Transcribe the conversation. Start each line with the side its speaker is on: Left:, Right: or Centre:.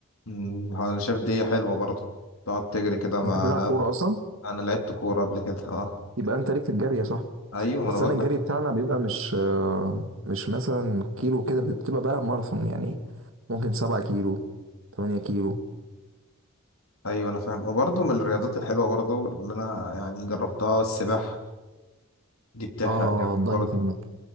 Left: أمم، انا شايف دي حلوه برضه تقعد تجري كده ما
Right: انت بتلعب
Left: انا
Right: كوره اصلا
Left: انا لعبت كوره قبل كده اه
Right: يبقى انت ليك في الجري يا صاحبي
Left: ايوه ما
Right: بس
Left: انا بقول
Right: انا الجري
Left: لك
Right: بتاعنا بيبقى مش آه، مش مثلا كيلو كده بتبقى بقى ماراثون يعني ممكن سبعة كيلو تمانية كيلو
Left: ايوه انا فاهم وبرضه من الرياضات الحلوه برضه اللي انا يعني جربتها السباحه دي بتحرق
Right: اه
Left: جامد
Right: دايفنج
Left: برضه